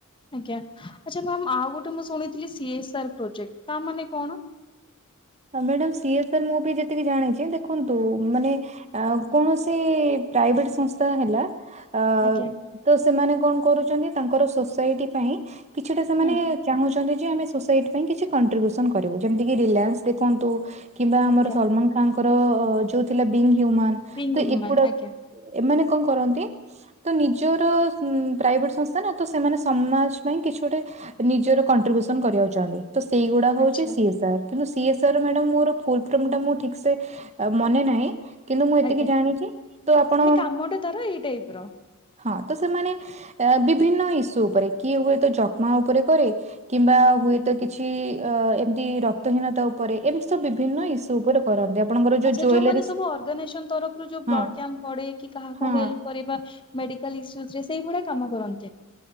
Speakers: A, on the left; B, on the right.
A: ଆଜ୍ଞା, ଆଛା ମ୍ୟାମ୍ ଆଉ ଗୋଟେ ମୁଁ ଶୁଣିଥିଲି ସି ଏସ୍ ଆର୍ ପ୍ରୋଜେକ୍ଟ ତା ମାନେ କଣ?
B: ମ୍ୟାଡାମ ସିଏ ସ ମୁଁ ବି ଯେତିକି ଜାଣିଛି ଦେଖନ୍ତୁ ମାନେ ଆ କୌଣସି ପ୍ରାଇଭେଟ ସଂସ୍ଥା ହେଲା ଆ
A: ଆଜ୍ଞା
B: ତ ସେମାନେ କଣ କରୁଛନ୍ତି ତାଙ୍କର ସୋସାଇଟି ପାଇଁ କିଛିଟା ସେମାନେ
A: ହୁଁ
B: ଚାହୁଁଛନ୍ତି, ଯେ ଆମେ ସୋସାଇଟି ପାଇଁ କିଛି କଣ୍ଟ୍ରିବ୍ୟୁସନ୍ କରିବୁ, ଯେମିତିକି ରିଲାଏନ୍ସ ଦେଖନ୍ତୁ କିମ୍ବା ଆମର
A: ଆଜ୍ଞା
B: ସଲମାନ ଖାନ୍ ଙ୍କର ଯୋଉ ଥିଲା ବିଙ୍ଗ ହ୍ୟୁମାନ
A: ରିଙ୍ଗ
B: ତ
A: ହୁମାନ
B: ଏଗୁଡା
A: ଆଜ୍ଞା
B: ଏମାନେ କଣ କରନ୍ତି ତ ନିଜର ପ୍ରାଇଭେଟ ସଂସ୍ଥା ନା, ତ ସେମାନେ ସମାଜ ପାଇଁ କିଛି ଗୋଟେ ନିଜର କଣ୍ଟ୍ରିବ୍ୟୁସନ କରିବାକୁ ଚାହାଁନ୍ତି, ତ ସେଇଗୁଡା ହଉଛି
A: ଆଚ୍ଛା
B: ସି ଏସ ଆର୍ କିନ୍ତୁ ସି ଏସ ର ମାଡାମ ମୋର ଫୁଲଫର୍ମ ଟା ମୁ ଠିକ ସେ ମାନେ ନାହିଁ କିନ୍ତୁ ମୁଁ ଏତିକି
A: ଆଜ୍ଞା
B: ଜାଣିଛି ତ ଆପଣ
A: ମାନେ କାମଟା ତାର ଏଇ ଟାଇପ ର
B: ହଁ ତ ସେମାନେ ବିଭିନ୍ନ ଇସ୍ୟୁ ଉପରେ, କିଏ ହୁଏ ତ ଯକ୍ମା ଉପରେ କରେ କିମ୍ବା ହୁଏତ କିଛି ଅ ଏମତି ରକ୍ତହୀନତା ଉପ ଏମିତି ସବୁ ବିଭିନ୍ନ
A: ହୁଁ।
B: ଇସ୍ୟୁ ଉପରେ କରନ୍ତି, ଆପଣଙ୍କର ଯୋଉ
A: ଆଚ୍ଛା
B: ଜୁଏଲାରି
A: ଯୋଉମାନେ ସବୁ ଅର୍ଗାନାଇଜେସନ ତରଫରୁ ଯୋଉ ବ୍ଲଡ
B: ହଁ
A: କ୍ୟାମ୍ପ ପଡେ କି କାହାକୁ
B: ହଁ
A: ହେଲ୍ପ କରିବା, ମେଡିକାଲ ଇସୁସ ରେ ସେଇଭଳିଆ କାମ କରନ୍ତେ